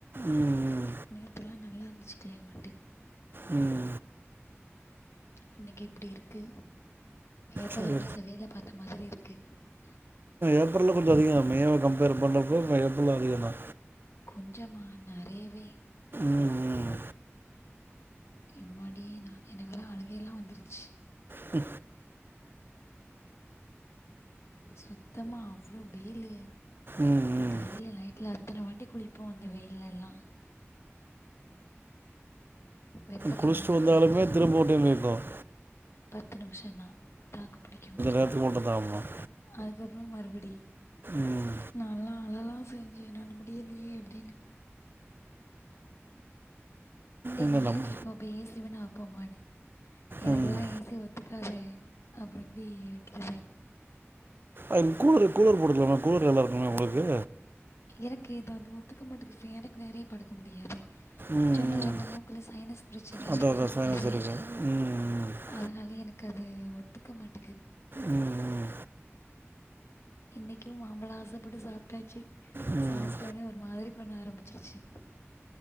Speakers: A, on the right; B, on the left.
A: ம்
B: நேத்தெல்லா நல்லா இருந்துச்சு கிளைமேட்டு
A: உம்
B: இன்னைக்கு இப்டி இருக்கு ஏப்ரல்
A: சரி
B: மாச வேல பாத்த மாதிரி இருக்கு கு
A: ஏப்ரல்ல கொஞ்ச அதிகம் மேவ கம்பேர் பண்றப்போ ஏப்ரல்ல அதிகந்தா
B: கொஞ்சமா நெறயவே
A: ம்
B: எம்மாடி நா எனக்கெல்லா அழுகையிலா வந்துருச்சு
A: கு
B: சுத்தமா அவ்ளோ வெயிலு
A: ம் ம்
B: டெய்லி நைட்ல எத்தன வாட்டி குளிப்போ அந்த வெயில எல்லா வெக்கை
A: குளிச்சிட்டு
B: தாங்க
A: வந்தாலுமே
B: முடியாது
A: திரும்ப ஒரு டைம் வேக்கும்
B: பத்து நிமிஷந்தா தாக்கு புடிக்கு
A: நேரத்துக்கு மட்டும் தான் ஆமாம்
B: அதுக்கப்புற மறுப படி
A: ம்
B: நாலா அழலா செஞ்சன் என்னால முடியலையே அப்படின்னு எங்க
A: என்ன
B: வாப்ப
A: நம்
B: கேக்கு அப்பே ஏ சி வேனா போமானு எனக்குதா
A: ம்
B: ஏ சி ஒத்துக்காதே அப்புற எப்புடி வக்கிறது
A: அதுக்கு கூலர் கூலர் போட்டுக்கலாமே கூலர் நல்லா இருக்குமே உங்களுக்கு
B: எனக்கு இது வந்து ஒத்துக்க மாட்டக்கு ஃபேனுக்கு நேறே படுக்க முடியாது
A: ம்
B: சொன்ன
A: ம்
B: இல்ல இந்த மூக்குல சைனஸ் பிரச்சனை
A: அதான்
B: அதுக்கப்புறம்
A: அதான் சைனஸ்
B: சத
A: இருக்குது ம் ம்
B: அதனால எனக்கு கது ஒத்துக்க மாட்டேக்கு
A: ம் ம்
B: இன்னிக்கூ மாம்பழோ ஆசப்பட்டு சாப்ட்டாச்சி
A: ம்
B: சாப்ட்டோனே
A: ம்
B: ஒரு மாரி பண்ண ஆரம்பிச்ரிச்சி